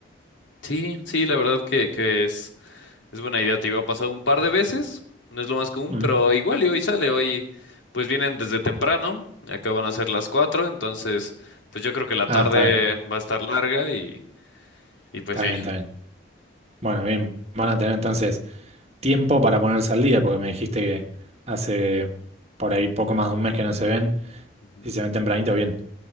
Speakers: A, on the left; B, on the right.
A: Sí, sí, la verdad que, que es, es buena idea. Te digo, ha pasado un par de veces. No es lo más común,
B: Mm.
A: pero igual y hoy sale. Hoy, pues vienen desde temprano. Acaban a ser las cuatro. Entonces, pues yo creo que la
B: Ah,
A: tarde
B: está bien,
A: va a estar larga y, y pues
B: está
A: sí.
B: bien, está bien. Bueno, bien, van a tener entonces tiempo para ponerse al día, porque me dijiste que hace por ahí poco más de un mes que no se ven,
A: Ujú.
B: si se ven tempranito, bien.